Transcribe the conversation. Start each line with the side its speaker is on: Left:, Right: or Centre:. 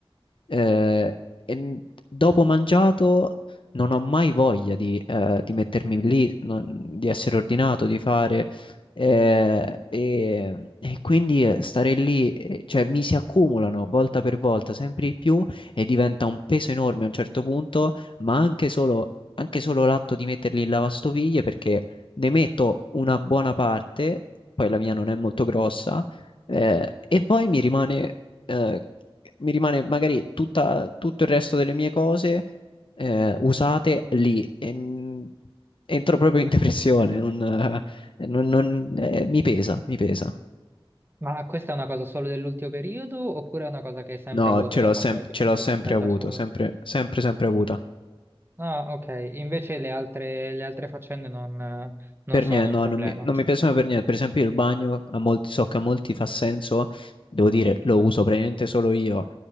Left: eh, e m- dopo mangiato non ho mai voglia di, eh, di mettermi lì, non- di essere ordinato, di fare. eh, e, e quindi eh, stare lì, eh, cioè mi si accumulano volta per volta sempre di più e diventa un peso enorme a un certo punto, ma anche solo, anche solo l'atto di metterli in lavastoviglie perché ne metto una buona parte, poi la mia non è molto grossa, eh, e poi mi rimane eh, mi rimane magari tutta- tutto il resto delle mie cose eh, usate lì. E, mh, entro proprio in <laughs> depressione, non, eh, non- non- eh, mi pesa, mi pesa.
Right: Ma questa è una cosa solo dell'ultimo periodo oppure è una cosa che hai sempre
Left: No,
Right: avuto
Left: ce
Right: da
Left: l'ho
Right: quando
Left: sem-
Right: hai cominciato
Left: ce l'ho sempre
Right: a stare
Left: avuto,
Right: da solo?
Left: sempre, sempre, sempre avuta.
Right: Ah, ok, invece le altre, le altre faccende non, eh, non
Left: Per
Right: sono
Left: niente,
Right: un
Left: no,
Right: problema.
Left: non mi, non mi piacciono per niente. Per esempio il bagno, a molti, so che a molti fa senso, devo dire, lo uso praticamente solo io,